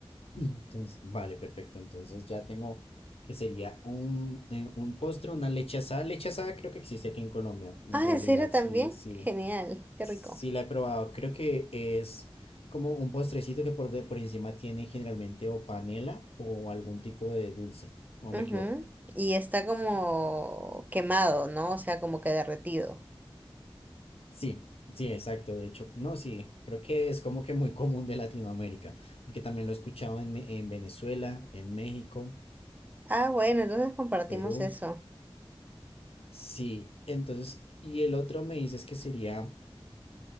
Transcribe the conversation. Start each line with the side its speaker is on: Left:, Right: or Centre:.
Left: Entonces, vale, perfecto. Entonces ya tengo que sería un, eh, un postre, una leche asada. Leche asada creo que existe aquí en Colombia. En
Right: Ah,
Left: realidad,
Right: ¿en serio también?
Left: sí, sí,
Right: Genial, qué
Left: sí
Right: rico.
Left: la he probado. Creo que es como un postrecito que por, de- por encima tiene generalmente o panela o algún tipo de dulce. ¿O
Right: Ujú.
Left: me equivoco?
Right: Y está como quemado, ¿no? O sea, como que derretido.
Left: Sí, sí, exacto. De hecho, no, sí, creo que es como que muy común de Latinoamérica, porque también lo he escuchado en, Me- en Venezuela, en México,
Right: Ah, bueno, entonces compartimos
Left: Perú.
Right: eso.
Left: Sí, entonces, y el otro me dices que sería